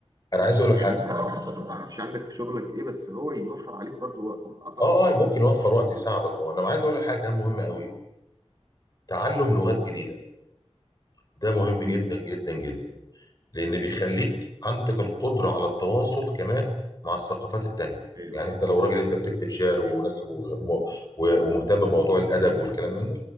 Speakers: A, on the left; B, on the right.
A: انا عايز اقول لك
B: يعني
A: حاجه
B: أنت اه مثلا ما أعرفش عندك في شغلك إيه بس هو يوفر عليك برضو وقت أعتقد
A: اه اه ممكن يوفر وقت يساعدك هو انا عايز اقول لك حاجه كمان مهمه قوي تعلم لغات جديده ده مهم جدا
B: امم
A: جدا جدا لان بيخليك عندك القدره على التواصل كمان مع الثقافات التانيه
B: أيوه
A: يعني انت لو راجل انت بتكتب شعر وناس
B: أيوه
A: و- و- ومهتم بموضوع الادب والكلام من ده